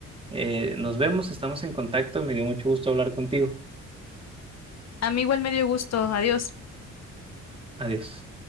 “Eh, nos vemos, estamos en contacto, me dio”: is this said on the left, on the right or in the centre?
Right